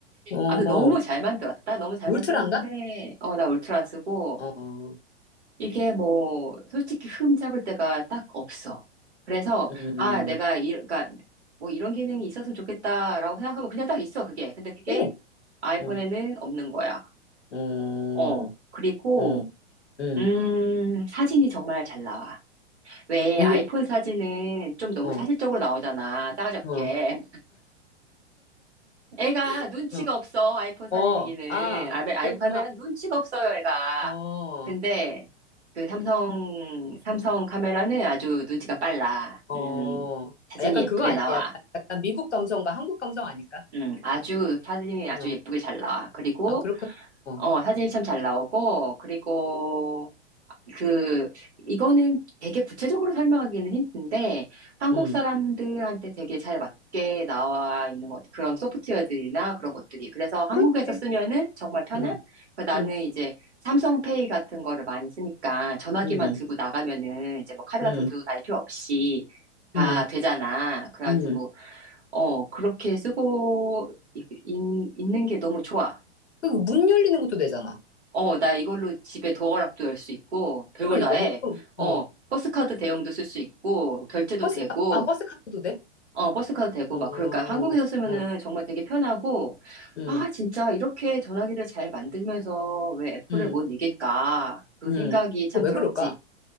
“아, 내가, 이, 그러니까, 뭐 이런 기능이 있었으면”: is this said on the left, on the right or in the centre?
Right